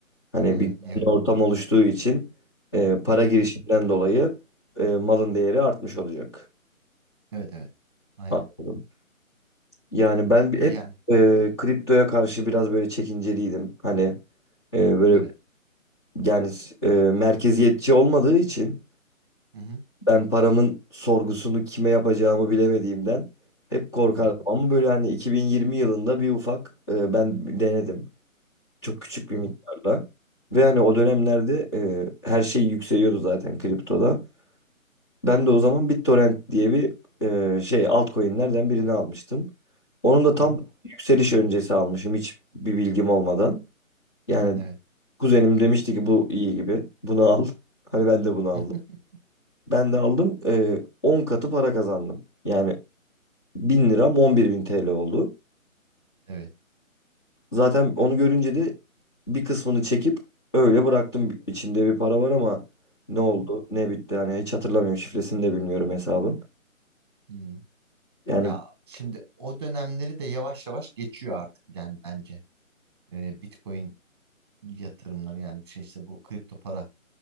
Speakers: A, on the left; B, on the right.
A: Hani
B: Hı,
A: bir güvenli
B: evet.
A: ortam oluştuğu için e, para girişinden
B: Hı hı.
A: dolayı e, malın değeri artmış olacak.
B: Evet evet. Aynen.
A: Anladım. Yani ben bir-
B: Yani.
A: hep e,
B: Hı hı.
A: kriptoya karşı biraz böyle çekinceliydim. Hani e, böyle
B: Evet.
A: yani e, merkeziyetçi olmadığı için
B: Hı hı.
A: ben paramın sorgusunu kime yapacağımı bilemediğimden hep korkardım.
B: Evet.
A: Ama böyle hani 2020 yılında bir ufak e, ben denedim. Çok küçük bir
B: Hı
A: miktarla.
B: hı.
A: Ve hani o dönemlerde e, her şey yükseliyordu zaten kriptoda. Ben de o zaman BitTorrent diye bir e, şey altcoin'lerden birini almıştım. Onun da tam
B: Hı hı.
A: yükseliş öncesi almışım hiç bir bilgim olmadan. Yani
B: Evet.
A: kuzenim demişti ki bu iyi gibi. Bunu al. <laughs> Hani ben de bunu aldım.
B: <laughs>
A: Ben de aldım. e, 10 katı para kazandım. Yani 1000 liram 11 bin TL oldu.
B: Evet.
A: Zaten onu görünce de bir kısmını çekip öyle bıraktım. İçinde bir para var ama ne oldu
B: Hı hı.
A: ne bitti hani hiç hatırlamıyorum. Şifresini de bilmiyorum hesabın.
B: Hı.
A: Yani
B: Ya şimdi o dönemleri de yavaş yavaş geçiyor artık yani bence Ee, Bitcoin yatırımları yani şey işte bu kripto para